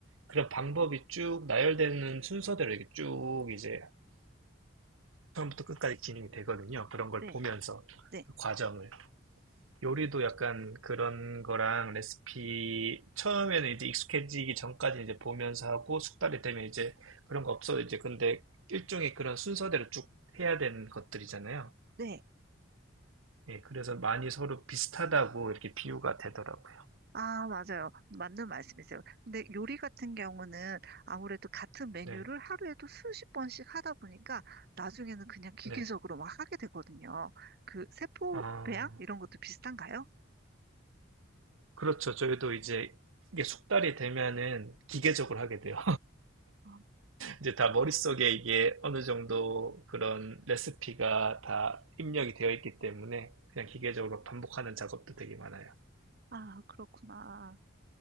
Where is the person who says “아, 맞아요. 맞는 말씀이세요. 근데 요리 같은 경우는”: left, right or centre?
Right